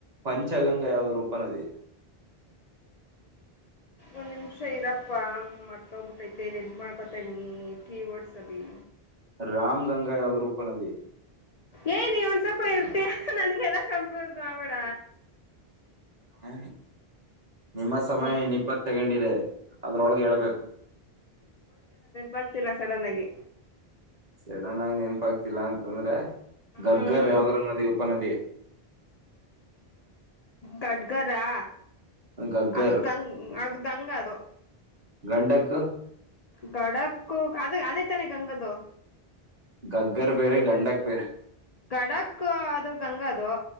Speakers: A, on the right; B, on the left.
A: ಪಂಚಗಂಗಾ ಯಾವ್ದ್ ರೂಪನದಿ
B: ಒಂದ್ ನಿಮಿಷ ಇರಪ್ಪಾ ಮರ್ತೋಗ್ಬಿಟ್ಟೈತೆ ನ್ ಎಂತ ಮಾಡ್ಕೊತೇನಿ ಕೀ ಓಡ್ಸರಿ
A: ರಾಮ್ ಗಂಗಾ ಯಾವದ್ ಉಪನದಿ
B: ಏ ನೀ ಒಂದ್ ಸ್ವಲ್ಪ ಇರ್ತೀಯಾ ನನ್ಗೆ ಎದ ಕನ್ಬೋದು ಆಡ
A: ಹಾ ನಿಮ್ಮ ಸಮಯ
B: ಮ-
A: ಇನ್ ಇಪ್ಪತ್ ಸೆಕೆಂಡ್ ಇದೆ ಅದ್ರೊಳಗೆ ಹೇಳ್ಬೇಕು
B: ಬ್ತಿರಾ ಸಡನ್ ಆಗಿ
A: ಸಡನ್ ಆಗಿ ನೆನಪಾಗಗ್ತಿಲ್ಲ ಅಂತಂದ್ರೆ ಗಗ್ಗರ್
B: ಹ್ಮ್
A: ಯಾಾವದ್ರ ನದಿ ಉಪನದಿ
B: ಗಡ್ಗರಾ
A: ಗಗ್ಗರ್
B: ಅದು ಗಂಗ ಅದು ಗಂಗ ಅದದು
A: ಗಂಡಕ್ಕ
B: ಗಡಕ್ಕು ಅದ ಅದೇ ತಾನ ಗಂಗದು
A: ಗಗ್ಗರ್ ಪೇರೆ ಗಂಡಕ್ ಪೇರೆ
B: ಡಕ್ ಅದು ಗಂಗದು